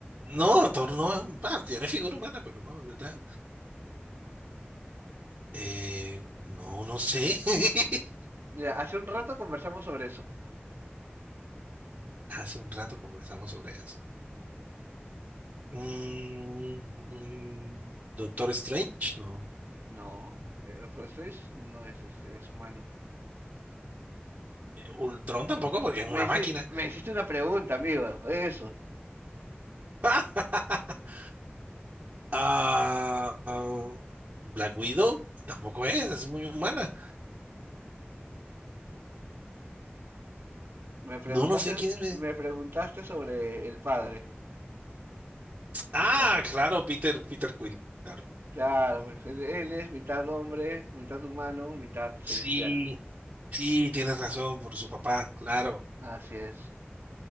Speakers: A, on the right; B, on the right.
A: No, Thor no es un... ah, tiene figura humana, pero no, es ¿verdad? Eh, no, no sé. <laughs>
B: Mira, hace un rato conversamos sobre eso.
A: Hace un rato conversamos sobre eso. Mm, Doctor Strange, no.
B: No, eh, Doctor Strange no es celestial, es humano.
A: Ultron tampoco, porque es una
B: Me, hici-
A: máquina.
B: me hiciste una pregunta, amigo. Eso.
A: <laughs> Ah, ah, Black Widow tampoco es, es muy humana.
B: Me preguntaste,
A: No, no sé quién es.
B: me preguntaste sobre el padre,
A: Ah,
B: el nombre.
A: claro, Peter, Peter Quill, claro.
B: Claro, pues él, él es mitad hombre, mitad humano, mitad celestial.
A: Sí, sí, tienes razón por su papá, claro,
B: Así es.